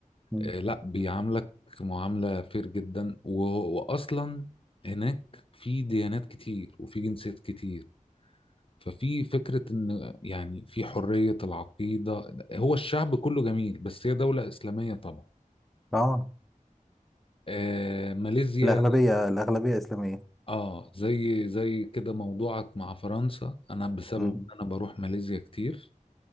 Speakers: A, in the centre; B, on the left.
A: مم.
B: آه، لا بيعاملك معاملة فير جدا و- وأصلا هناك في ديانات كتير وفي جنسيات كتير ففي فكرة إن يعني في حرية العقيدة هو الشعب كله جميل بس هي دولة إسلامية طبعا
A: آه
B: آه ماليزيا
A: الأغلبية الأغلبية إسلامية
B: اه زي زي كده موضوعك مع فرنسا انا بسبب
A: مم.
B: ان انا بروح ماليزيا كتير